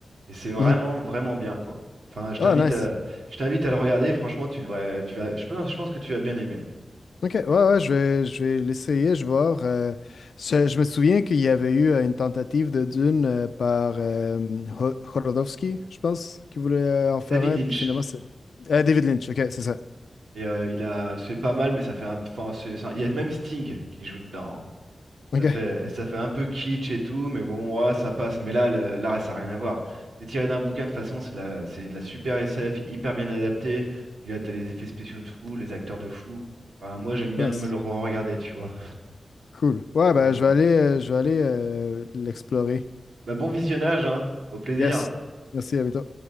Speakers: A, on the right; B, on the left.
A: Et c'est vraiment,
B: mhm.
A: vraiment bien, quoi. Enfin, je
B: Ah,
A: t'invite
B: nice.
A: à, je t'invite à le regarder. Franchement, tu devrais, tu vas, je pense, je pense que tu vas bien aimer.
B: Ok, ouais, ouais, je vais, je vais l'essayer, je vais voir. euh, je, je me souviens qu'il y avait eu euh, une tentative de Dune euh, par euh, Ho- Hodorowski, je pense, qui voulait euh, en faire
A: David
B: un,
A: Lynch.
B: puis finalement c'est... Euh, David Lynch, ok, c'est ça.
A: Et euh, il a, c'est pas mal, mais ça fait un, enfin, c'est, c'est un- il y a même Sting qui joue dedans. hein.
B: Ok,
A: Ça fait, ça fait un peu kitsch et tout, mais bon, ouais, ça passe. Mais là, le- là, ça n'a rien à voir. C'est tiré d'un bouquin de toute façon, c'est de la, c'est de la super SF, hyper bien adapté. Puis là, t'as les effets spéciaux de fou, les acteurs de fou. Enfin, moi, j'aime
B: nice,
A: bien me le re-regarder, tu vois.
B: cool. Ouais, ben
A: Donc
B: je
A: bon,
B: vais aller, euh, je vais aller euh, l'explorer.
A: bah, bon visionnage, hein. Au plaisir.
B: Yes, merci, à bientôt.